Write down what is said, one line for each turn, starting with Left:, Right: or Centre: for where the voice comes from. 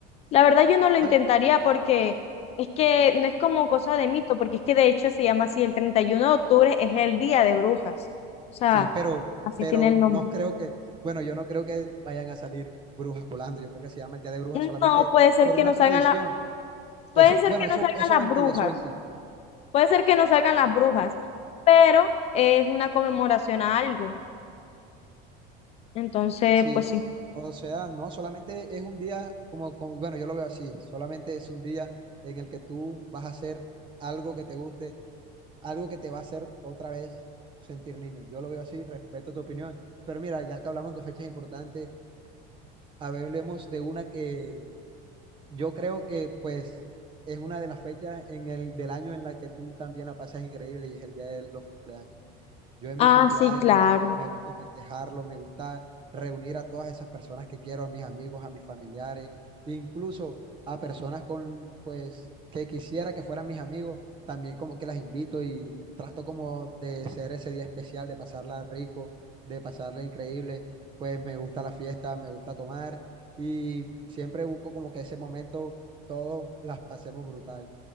Left: La verdad yo no lo
Right: ¿sabes?
Left: intentaría porque es que no es como cosa de mito, porque es que de hecho se llama así, el 31 de octubre es el día de brujas. O sea,
Right: Sí, pero,
Left: así
Right: pero
Left: tiene el nombre.
Right: no creo que, bueno, yo no creo que vayan a salir brujas volando. Yo creo que se llama el Día de Brujas
Left: No,
Right: solamente
Left: puede ser
Right: por
Left: que
Right: una
Left: no
Right: tradición.
Left: salgan las,
Right: Eso,
Left: pueden ser
Right: bueno,
Left: que
Right: eso,
Left: no salgan
Right: eso
Left: las
Right: ventí,
Left: brujas,
Right: eso ventí.
Left: puede ser que no salgan las brujas, pero es una conmemoración a algo. Entonces,
Right: Sí,
Left: pues sí.
Right: o sea, no, solamente es un día como, como, bueno, yo lo veo así, solamente es un día en el que tú vas a hacer algo que te guste, algo que te va a hacer otra vez sentir niño. Yo lo veo así, respeto tu opinión. Pero mira, ya que hablamos de fechas importantes, hablemos de una que Yo creo que pues es una de las fechas en el, del año en la que tú también la pasas increíble y es el día de los cumpleaños. Yo en
Left: Ah,
Right: mi cumpleaños
Left: sí, claro.
Right: me gusta festejarlo, me gusta reunir a todas esas personas que quiero, a mis amigos, a mis familiares, incluso a personas con, pues, que quisiera que fueran mis amigos, también como que las invito y trato como de ser ese día especial, de pasarla rico, de pasarla increíble, pues me gusta la fiesta, me gusta tomar y siempre busco como que ese momento todos las pasemos brutal.